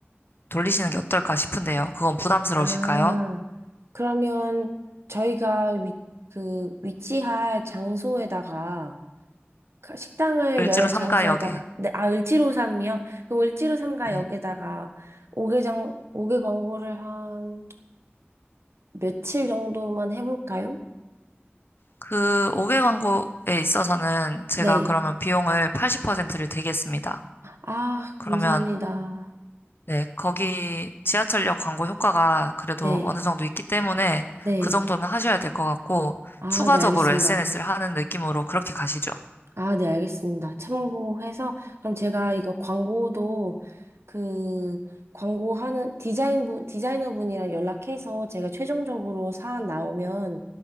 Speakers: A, on the left; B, on the right.
A: 돌리시는 게 어떨까 싶은데요. 그건 부담스러우실까요?
B: 아, 그러면 저희가 위, 그 위치할 장소에다가 가- 식당을
A: 을지로
B: 열
A: 삼가역에.
B: 장소에다가 네, 아, 을지로삼이요? 그럼 을지로삼가
A: 네.
B: 여기다가 오 개 장, 5개 광고를 한 며칠 정도만 해볼까요?
A: 그 5개 광고에 있어서는 제가
B: 네.
A: 그러면 비용을 80%를 대겠습니다.
B: 아,
A: 그러면
B: 감사합니다.
A: 네, 거기 지하철역 광고 효과가 그래도
B: 네,
A: 어느 정도 있기 때문에
B: 네.
A: 그 정도는 하셔야 될 것 같고,
B: 아,
A: 추가적으로
B: 네, 알겠습니다.
A: SNS를 하는 느낌으로 그렇게 가시죠.
B: 아, 네, 알겠습니다. 참고해서, 그럼 제가 이거 광고도 그, 광고하는 디자인 분, 디자이너 분이랑 연락해서 제가 최종적으로 사안 나오면